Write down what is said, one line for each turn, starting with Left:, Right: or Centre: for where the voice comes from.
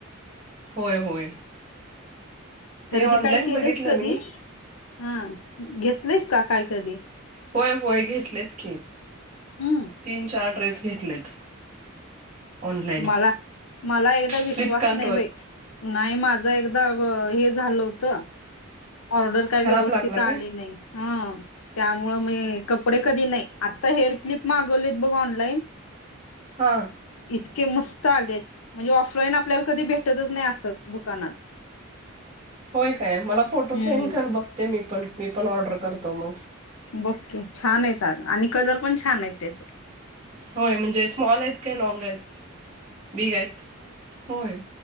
Right: होय होय,
Left: खरेदी
Right: ते ऑनलाईन
Left: काय केलेस,
Right: बघितलं
Left: कधी
Right: मी
Left: हा घेतलेस का काय कधी
Right: होय होय घेतलेत की,
Left: हम्म,
Right: तीन - चार ड्रेस घेतलेत. ऑनलाईन
Left: मला मला एकदा
Right: फ्लिपकार्टवर
Left: विश्वास नाही बाई. नाही. माझं एकदा हे झालं होतं. ऑर्डर काही
Right: खराब
Left: व्यवस्थित
Right: लागला
Left: आली
Right: काय
Left: नाही हा, त्यामुळं मी कपडे कधी नाही. आत्ता हेअर क्लिप मागवलीत बघ ऑनलाईन.
Right: हा,
Left: इतके मस्त आलेत म्हणजे ऑफलाईन आपल्याला कधी भेटतच नाही असं दुकानात.
Right: होय काय? मला फोटो
Left: हम्म
Right: सेंड कर बघते मी पण मी पण ऑर्डर करतो मग,
Left: बघ की छान येतात आणि कलर पण छान आहेत त्याचे
Right: होय, म्हणजे स्मॉल आहेत काय? लाँग आहेत? बिग आहेत होय?